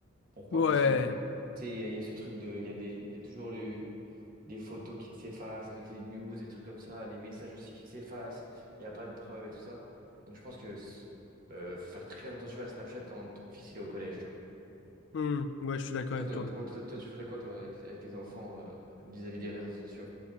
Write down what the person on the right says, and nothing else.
Pourquoi?
Parce que Tu sais, il y, a il y a ce truc de, il y a des, il y a toujours le, des photos qui s'effacent avec les news, des trucs comme ça, les messages aussi qui s'effacent, il n'y a pas de preuves et tout ça. Donc je pense que ce- euh, faut faire très attention à Snapchat quand ton fils il est au collège, tu vois.
Toi,
toi,
pourquoi- toi, toi, tu ferais quoi toi, avec, avec tes enfants euh, vis-à-vis des réseaux sociaux?